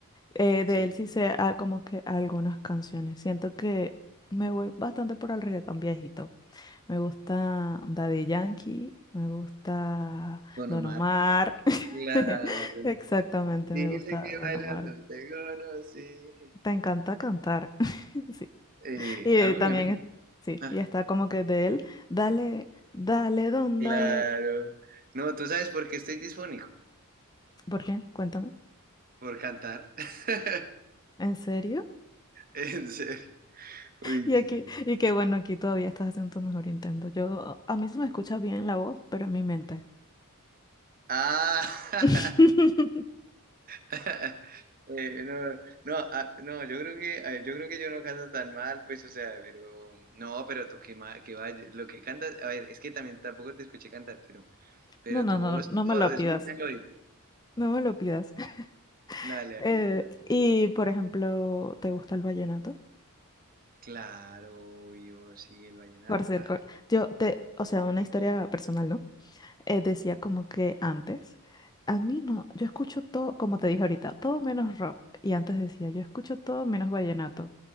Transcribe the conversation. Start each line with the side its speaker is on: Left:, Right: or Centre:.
Left: Eh,
Right: Sí,
Left: de él sí sé ah, como que algunas canciones, siento que me voy bastante por el reggaetón viejito. Me gusta Daddy Yankee, me gusta
Right: con
Left: Don
Right: Omar.
Left: Omar. <laughs>
Right: Claro.
Left: Exactamente,
Right: Dile
Left: me gusta
Right: que bailando
Left: Don Omar.
Right: te conocí.
Left: Te encanta cantar, <laughs> sí.
Right: Eh,
Left: Y
Right: a
Left: eh,
Right: mí,
Left: también,
Right: a mí.
Left: es- sí,
Right: Ah,
Left: y está como que de él, dale, dale, don,
Right: claro.
Left: dale.
Right: No, ¿tú sabes por qué estoy disfónico?
Left: ¿Por qué? Cuéntame.
Right: Por cantar. <laughs>
Left: ¿En serio?
Right: En serio. Uy,
Left: Y
Right: sí,
Left: aquí,
Right: sí, sí.
Left: y qué bueno, aquí todavía estás haciendo tu mejor intento. Yo, a mí se me escucha bien la voz, pero en mi mente.
Right: Ah.
Left: <laughs>
Right: <laughs> Eh, no, no, ah, no, yo creo que, ah, yo creo que yo no canto tan mal, pues, o sea, pero, no, pero tú que, ma- que vaya, lo que cantas, a ver, es que también tampoco te escuché cantar, pero, pero
Left: No, no,
Right: tu
Left: no,
Right: voz
Left: no
Right: y
Left: me
Right: todo
Left: lo
Right: es
Left: pidas.
Right: muy melódica.
Left: No me lo pidas. <laughs>
Right: Dale,
Left: Eh,
Right: dale, no, no.
Left: y, por ejemplo, ¿te gusta el vallenato?
Right: Claro, obvio, sí, el vallenato,
Left: Por ser,
Right: ajá.
Left: co- yo te, o sea, una historia personal, ¿no? eh, decía
Right: Sí.
Left: como que antes, a mí no, yo escucho todo, como te dije ahorita, todo menos rock. Y antes decía, yo escucho todo menos vallenato.